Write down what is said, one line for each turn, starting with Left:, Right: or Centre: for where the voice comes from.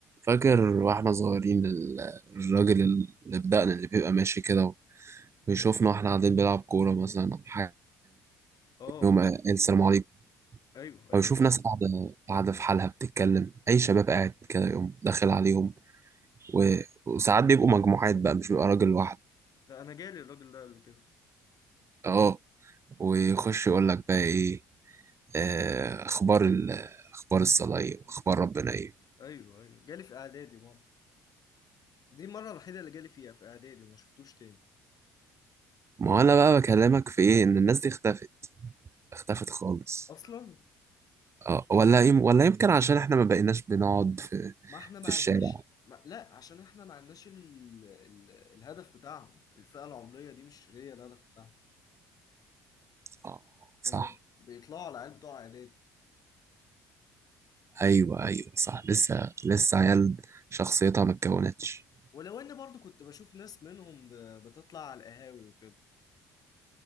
Right: فاكر واحنا صغيرين ال- الراجل اللي بدقنا اللي بيبقى ماشي كده ويشوفنا واحنا قاعدين بنلعب كورة مثلا أو حاجة
Left: اه
Right: يقوم قايل السلام عليكم
Left: ايوه ايوه
Right: أو يشوف
Left: فاكر
Right: ناس قاعدة قاعدة في حالها بتتكلم أي شباب قاعد كده يقوم داخل عليهم و... وساعات بيبقوا مجموعات بقى مش بيبقى راجل واحد
Left: لا انا جالي الراجل ده قبل كده
Right: أه ويخش يقول لك بقى إيه آه، أخبار ال... أخبار الصلاة إيه وأخبار ربنا إيه
Left: ايوه ايوه جالي في اعدادي مره دي المره الوحيده اللي جالي فيها في اعدادي وما شفتوش تاني
Right: ما هو أنا بقى بكلمك في إيه إن الناس دي اختفت اختفت خالص
Left: اصلا
Right: اه ولا يم... ولا يمكن عشان احنا ما بقيناش بنقعد في
Left: ما احنا ما
Right: في الشارع
Left: عدناش ما... لا عشان احنا ما عدناش ال... ال... الهدف بتاعهم الفئه العمريه دي مش هي الهدف بتاعهم
Right: اه صح
Left: هم بيطلعوا على العيال بتوع اعدادي
Right: ايوه ايوه صح لسه لسه عيال شخصيتها ما اتكونتش
Left: ولو اني برضو كنت بشوف ناس منهم ب... بتطلع على القهاوي وكده